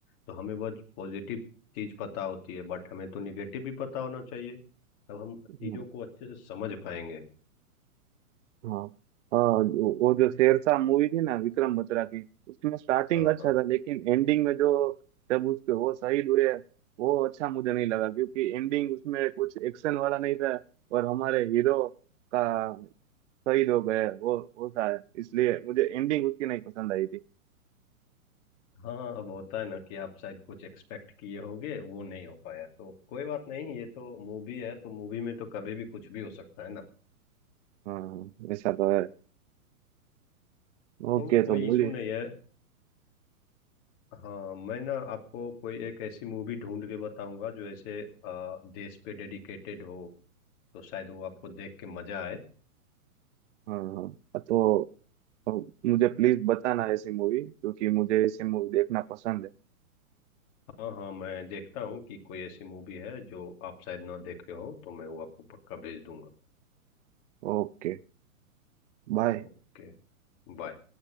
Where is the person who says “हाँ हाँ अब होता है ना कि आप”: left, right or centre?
Left